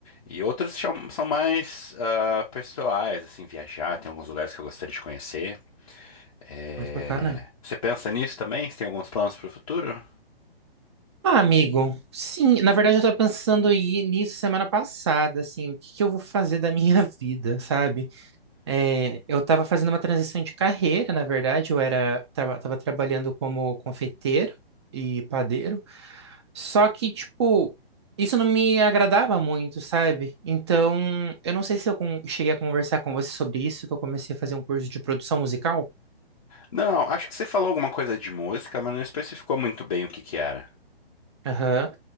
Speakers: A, on the left; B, on the right.
A: e outros cham- são mais ah, pessoais, assim, viajar, tem alguns lugares que eu gostaria de conhecer. É,
B: Ai, que bacana.
A: Você pensa nisso também? Você tem alguns planos para o futuro?
B: Ah, amigo. Sim, na verdade eu estava pensando em ir nisso semana passada, assim, o que que eu vou fazer da minha <laughs> vida, sabe? É, eu estava fazendo uma transição de carreira, na verdade, eu era tava, tava trabalhando como confeiteiro e padeiro. Só que, tipo, isso não me agradava muito, sabe? Então, eu não sei se eu con- cheguei a conversar com você sobre isso, que eu comecei a fazer um curso de produção musical.
A: Não, acho que você falou alguma coisa de música, mas não especificou muito bem o que que era.
B: Aham.